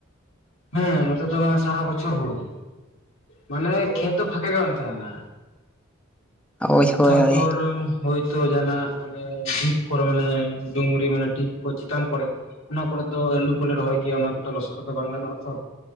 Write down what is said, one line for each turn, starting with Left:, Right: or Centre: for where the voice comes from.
Left: ᱦᱮᱸ ᱱᱚᱛᱮ ᱫᱚ ᱦᱟᱸᱜ ᱥᱟᱨᱟ ᱵᱚᱪᱷᱚᱨ ᱦᱩᱲᱩ, ᱢᱟᱱᱮ ᱠᱷᱮᱛ ᱫᱚ ᱯᱷᱟᱸᱠᱟ ᱜᱮ ᱵᱟᱝ ᱛᱟᱦᱮᱱᱟ᱾
Centre: ᱦᱳᱭ ᱦᱳᱭ
Left: ᱛᱟᱯᱚᱨ
Centre: ᱦᱳᱭ
Left: ᱦᱳᱭᱛᱚ ᱡᱟᱱᱟᱜ ᱢᱟᱱᱮ ᱰᱷᱤᱯ ᱠᱚᱨᱮ ᱢᱟᱱᱮ ᱰᱩᱝᱨᱤ ᱢᱟᱱᱮ ᱰᱷᱤᱯ ᱠᱚ ᱪᱮᱛᱟᱱ ᱠᱚᱨᱮ ᱚᱱᱟ ᱠᱚᱨᱮᱫ ᱫᱚ ᱟᱹᱞᱩ ᱠᱚᱞᱮ ᱨᱚᱦᱚᱭ ᱜᱮᱭᱟ ᱚᱱᱟ ᱠᱚᱫᱚ ᱞᱚᱥᱚᱫ ᱦᱚᱸᱛᱚ ᱵᱟᱝ ᱜᱟᱱᱚᱜ ᱟ ᱛᱚ᱾